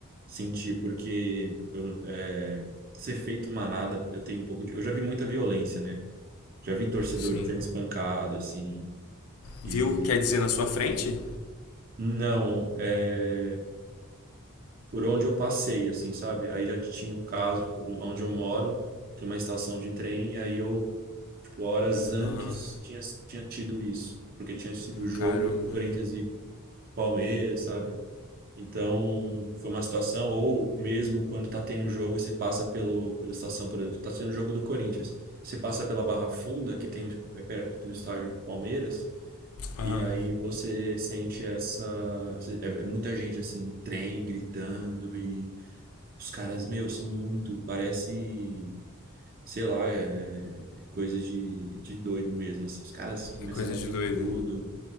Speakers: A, on the right; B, on the left.
A: sentir, porque eu, é, ser feito manada, eu tenho um pouco de. Eu já vi muita violência, né? Já vi torcedores
B: Sim.
A: sendo espancado, assim. E
B: Viu? o que Quer dizer na sua frente?
A: Não, é por onde eu passei, assim, sabe? Aí já tinha um caso, por onde eu moro, tem uma estação de trem, e aí eu, tipo, horas antes
B: Aham.
A: tinha, tinha tido isso, porque tinha sido o jogo
B: Caramba.
A: do Corinthians e Palmeiras, sabe? Então, foi uma situação, ou mesmo quando tá tendo jogo e você passa pelo, pela estação, por exemplo, tá tendo jogo do Corinthians, você passa pela Barra Funda, que tem é perto do estádio do Palmeiras,
B: Aham.
A: e aí você sente essa. É, é muita gente assim, no trem, gritando, e os caras, meu, são muito. Parece, sei lá, é, é é coisa de, de doido mesmo. Assim. Os caras começam
B: É coisa
A: a bater
B: de doida.
A: em tudo.